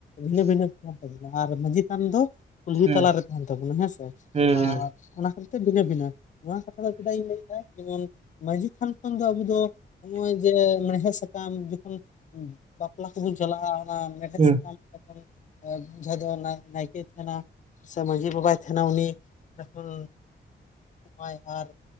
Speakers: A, on the left; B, on the right.
A: ᱵᱷᱤᱱᱟᱹ ᱵᱷᱤᱱᱟᱹ ᱛᱟᱦᱮᱱ ᱛᱟᱵᱚᱱᱟ ᱟᱨ ᱢᱟᱹᱡᱷᱤ ᱛᱷᱟᱱ ᱫᱚ ᱠᱩᱞᱦᱤ
B: ᱦᱩᱸ
A: ᱛᱟᱞᱟᱨᱮ ᱛᱟᱦᱮᱱ ᱛᱟᱵᱚᱱᱟ ᱦᱮᱸᱥᱮ
B: ᱦᱩᱸ
A: ᱟᱨ ᱚᱱᱟ ᱠᱷᱟᱹᱛᱤᱨ ᱛᱮ ᱵᱷᱤᱱᱟᱹ ᱵᱷᱤᱱᱟᱹ ᱱᱚᱣᱟ ᱠᱟᱛᱷᱟ ᱫᱚ ᱪᱮᱫᱟᱜ ᱤᱧ ᱞᱟᱹᱭᱫᱟ ᱡᱮᱢᱚᱱ ᱢᱟᱺᱡᱷᱤ ᱛᱷᱟᱱ ᱠᱷᱚᱱ ᱫᱚ ᱟᱵᱚ ᱫᱚ ᱱᱚᱜ ᱚᱭ ᱡᱮ ᱢᱮᱲᱦᱮᱫ ᱥᱟᱠᱟᱢ ᱡᱚᱠᱷᱚᱱ ᱵᱟᱯᱞᱟ ᱠᱚᱵᱚᱱ ᱪᱟᱞᱟᱜᱼᱟ ᱚᱱᱟ ᱢᱮᱲᱦᱮᱫ
B: ᱦᱩᱸ
A: ᱥᱟᱠᱟᱢ <inaudible> ᱱᱟᱭᱠᱮ ᱛᱟᱦᱮᱱᱟ ᱥᱮ ᱢᱟᱺᱡᱷᱤ ᱵᱟᱵᱟᱭ ᱛᱟᱦᱮᱱᱟ ᱩᱱᱤ ᱚᱸᱰᱮ ᱠᱷᱚᱱ ᱟᱭ ᱟᱨ